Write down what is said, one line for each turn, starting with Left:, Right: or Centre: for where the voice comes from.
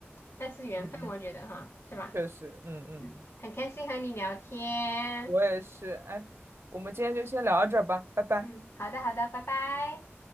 Left: 那是缘分，
Right: 嗯嗯，
Left: 我觉得哈，是吧？
Right: 确实，嗯嗯，
Left: 嗯，很开心和你聊天。
Right: 我也是。哎，我们今天就先聊到这儿吧，拜拜。
Left: 嗯，好的好的，拜拜。